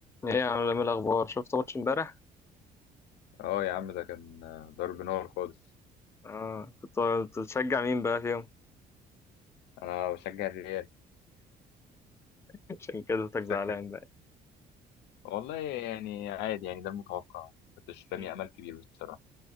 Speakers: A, on the left; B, on the left.
A: ايه يا عم إيه الاخبار شفت ماتش امبارح
B: اه يا عم ده كان ضرب نار خالص
A: اه كنت كنت بتشجع مين بقى فيهم
B: انا بشجع الريال
A: <laughs> عشان كده صوتك
B: شكلك
A: زعلان بقى
B: والله يعني عادي يعني ده المتوقع كنتش رامي
A: مم.
B: امل كبير بصراحه